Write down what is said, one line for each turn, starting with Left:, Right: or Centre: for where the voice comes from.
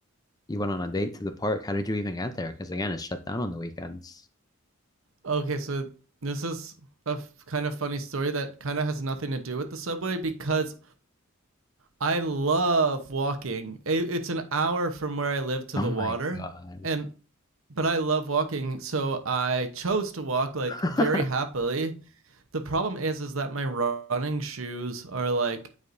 Left: you went on a date to the park. How did you even get there? Because again, it's shut down on the weekends.
Right: Okay, so this is a f- kind of funny story that kind of has nothing to do with the subway because I love walking. It, it's an hour from where I live to
Left: Oh
Right: the
Left: my
Right: water,
Left: god.
Right: and but I love walking, so I chose to walk like
Left: <laughs>
Right: very happily. The problem is is that my running shoes are like